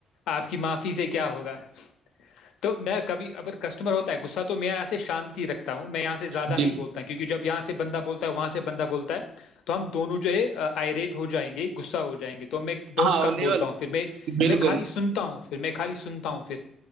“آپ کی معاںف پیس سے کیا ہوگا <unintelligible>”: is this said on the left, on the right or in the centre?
Left